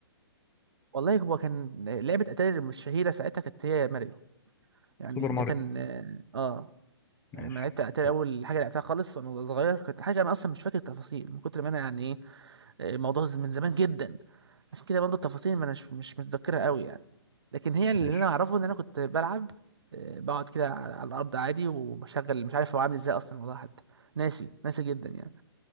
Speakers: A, on the right; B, on the left.
A: والله هو كان لعبه اتاري الشهيره ساعتها كانت هي ماريو يعني
B: سوبر
A: ده
B: ماريو
A: كان اه آه.
B: ماشي
A: لما لعبت اتاري
B: حلو.
A: اول حاجه لعبتها خالص وانا صغير كانت حاجه انا اصلا مش فاكر التفاصيل من كتر ما انا يعني ايه آه، الموضوع من زمان جدا عشان كده برضه التفاصيل ما انا مش مش متذكرها قوي يعني لكن هي اللي
B: ماشي
A: انا اعرفه ان انا كنت بلعب آه، بقعد كده على على الارض عادي وبشغل مش عارف هو عامل ازاي اصلا الموضوع حتى ناسي ناسي جدا يعني